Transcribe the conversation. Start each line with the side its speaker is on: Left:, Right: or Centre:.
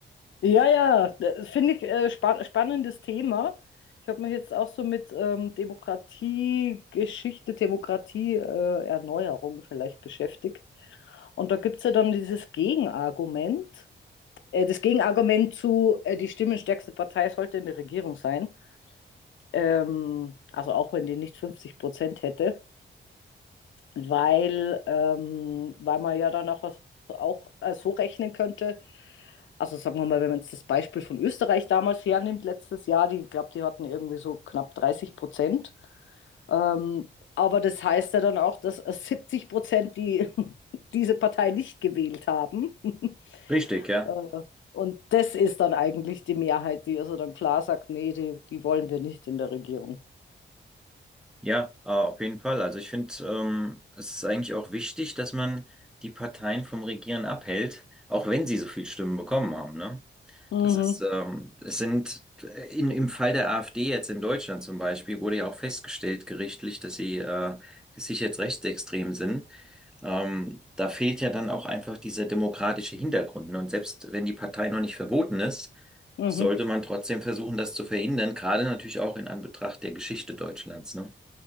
Left: Ja, ja, das finde ich äh, spa spannendes Thema. Ich habe mich jetzt auch so mit ähm, Demokratiegeschichte, Demokratieerneuerung äh, Erneuerung vielleicht beschäftigt. Und da gibt es ja dann dieses Gegenargument Äh, das Gegenargument zu, äh, die stimmenstärkste Partei sollte in der Regierung sein. Ähm, also auch wenn die nicht 50 Prozent hätte, weil, ähm, weil man ja dann auch, auch äh, so rechnen könnte. Also sagen wir mal, wenn man jetzt das Beispiel von Österreich damals hernimmt, letztes Jahr, die, ich glaube, die hatten irgendwie so knapp 30 Prozent. Ähm, aber das heißt ja dann auch, dass 70 Prozent die, <laughs> diese Partei nicht gewählt haben. <laughs>
Centre: Richtig, ja.
Left: Äh, und das ist dann eigentlich die Mehrheit, die also dann klar sagt, nee, die, die wollen wir nicht in der Regierung.
Centre: Ja, äh, auf jeden Fall. Also ich finde, ähm, es ist eigentlich auch wichtig, dass man die Parteien vom Regieren abhält, auch wenn sie so viel Stimmen bekommen haben, ne?
Left: Mhm,
Centre: Das ist, ähm, es sind äh, in, im Fall der AfD jetzt in Deutschland zum Beispiel wurde ja auch festgestellt gerichtlich, dass sie äh, sich jetzt rechtsextrem sind. Ähm, da fehlt ja dann auch einfach dieser demokratische Hintergrund. Ne? Und selbst wenn die Partei noch nicht verboten ist,
Left: mhm.
Centre: sollte man trotzdem versuchen, das zu verhindern, gerade natürlich auch in Anbetracht der Geschichte Deutschlands, ne?